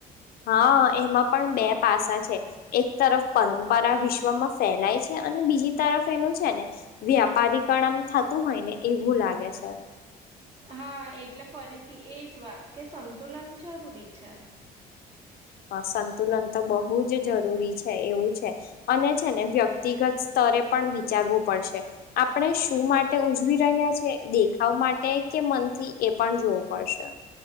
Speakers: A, on the left; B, on the right.
A: હા એમાં પણ બે પાસા છે, એક તરફ પરંપરા વિશ્વમાં ફેલાય છે. અને બીજી તરફ એનું છે ને, વ્યાપારીકરણ થતું હોય ને એવું લાગે છે.
B: હા એટલે ફરીથી એજ વાત કે સંતુલન જરૂરી છે.
A: હા સંતુલન તો બહુ જ જરૂરી છે એવું છે, અને છે ને વ્યક્તિગત સ્ત તરે પણ વિચારવું પડશે, આપણે શું માટે ઉજવી રહ્યા છે દેખાવ માટે કે મનથી એ પણ જોવું પડશે.